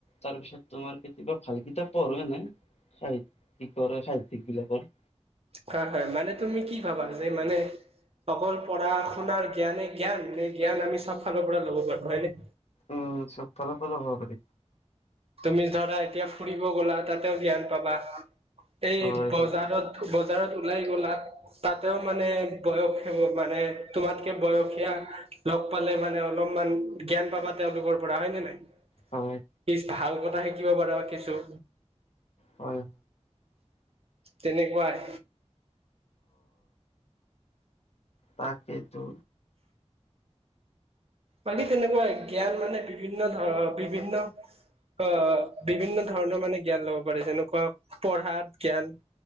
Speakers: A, on the left; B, on the right.
A: তাৰ পিছত তোমাৰ কেতিয়াবা ভাল কিতাপ পঢ়ো এনে। সাহিত্যিকৰ এই সাহিত্যিক বিলাকৰ।
B: হয়-হয়, মানে তুমি কি ভাবা যে মানে অকল পঢ়া শুনাৰ জ্ঞানে জ্ঞান নে জ্ঞান আমি চব ফালৰ পৰা ল'ব পাৰো। হয় নে?
A: উম, চব ফালৰ লব পাৰি।
B: তুমি ধৰা এতিয়া ফুৰিব গ'লা তাতেও জ্ঞান পাবা, এই
A: হয়
B: বজাৰত
A: হয়
B: বজাৰত ওলাই গ'লাত তাতেও মানে বয়স সে মানে তোমাতকে বয়সীয়া লগ পালে, মানে অলপমান জ্ঞান পাবা তেওঁলোকৰ পৰা হয় নে নাই।
A: হয়।
B: কি ভাল কথা শিকিব পাৰা কিছু।
A: হয় হয়।
B: তেনেকুৱাই।
A: তাকেতো।
B: বাকী তেনেকুৱা জ্ঞান মানে বিভিন্ন ধৰ বিভিন্ন, অ, বিভিন্ন ধৰণৰ মানে জ্ঞান ল'ব পাৰে। যেনেকুৱা পঢ়াত জ্ঞান,